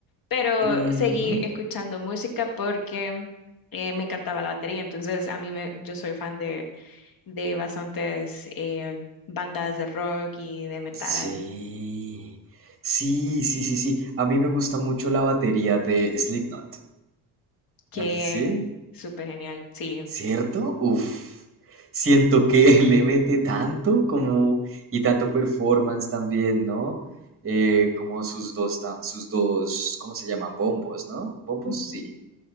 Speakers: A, on the left; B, on the right.
A: Pero
B: ujú.
A: seguí escuchando música porque eh, me encantaba la batería, entonces a mí me, yo soy fan de bastantes eh, bandas de rock y de metal.
B: Sí. Sí, sí, sí, sí. A mí me gusta mucho la batería de Slipknot.
A: Qué
B: ¿Ah, ¿Sí?
A: súper genial, sí.
B: ¿Cierto? Uf, siento que <laughs> le mete tanto como y tanto performance también, ¿no? Eh, como sus dos, ta- sus dos, ¿cómo se llama? Bombos, ¿no? ¿Bombos?
A: Ujú.
B: Sí.